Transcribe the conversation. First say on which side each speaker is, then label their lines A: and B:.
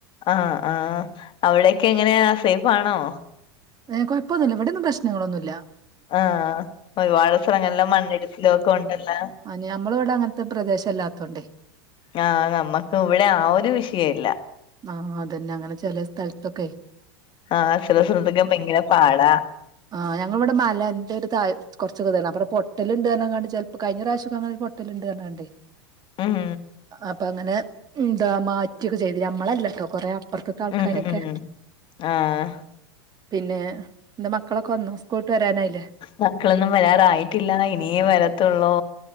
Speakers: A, on the left; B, on the right.
A: ആഹ് ആഹ് അവിടൊക്കെ എങ്ങനെയാ സേഫാണോ
B: എ കൊഴപ്പൊന്നുല്ല ഇവിടൊന്നും പ്രശ്നങ്ങളൊന്നുല്ല
A: ആ ഒരുപാട് സ്ഥലങ്ങളിലും മണ്ണിടിച്ചിലും ഒക്കെ ഒണ്ടല്ലോ
B: ആ ഞമ്മള് വടെ അങ്ങൻത്തെ പ്രദേശല്ലാത്തോണ്ടേ
A: ആ നമ്മക്ക് ഇവിടെ ആ ഒരു വിഷയല്ല
B: ആ അതെന്നെ അങ്ങനെ ചെലേ സ്ഥലത്തൊക്കെ
A: ആ ചെല സ്ഥലത്തൊക്കെ ഭയങ്കര പാടാ
B: ആ ഞങ്ങള് ഇവിടെ മലന്റെ ഒരു താഴെ കൊർച്ചൊക്കെ ഇതാണ് അ പടെ പൊട്ടലുണ്ട്ർഞ്ങ്ങാണ്ട് ചെൽപ്പോ കയ്ഞ്ഞ പ്രാശ്യോക്കെ അങ്ങനൊരു പൊ ട്ടല്ണ്ട്ർഞാണ്ടെ
A: ഉം
B: അപ്പൊ അങ്ങനെ എന്താ മാറ്റിയൊക്കെ ചെയ്തി നമ്മളല്ല ട്ടോ കൊറേ അപ്രത്ത്ത്തെ ആൾക്കാരൊക്കെ
A: ഉം ഉം ആഹ്
B: പിന്നെ ന്താ മക്കളൊക്കെ വന്നോ സ്കൂളുട്ട് വരാനായില്ലേ
A: മക്കളൊന്നും വരാറായിട്ടില്ല ഇനിയേ വരത്തുള്ളൂ